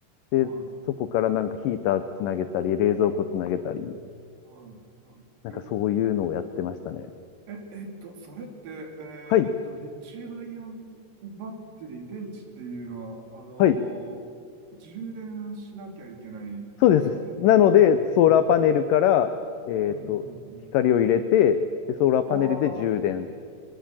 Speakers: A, on the left (about 80°); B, on the right (about 55°).
A: で、
B: い、は
A: そこからなんかヒーターつなげたり、冷蔵庫つなげたり、
B: い、うん、はい、はい。
A: なんかそういうのをやってましたね。
B: え、はいえ、えっと、それって、えっと、
A: はい。
B: リチウムイオンバッテリー、電池っていうのは、あのー充電しなきゃいけないですよね、
A: はい。そうです。
B: やっぱり。
A: なので、
B: うん、うん、
A: ソーラーパネルから、
B: はい。
A: えっと、
B: うん、うん、うん。
A: 光を入れて、で、ソーラーパネルで充電。
B: ああ、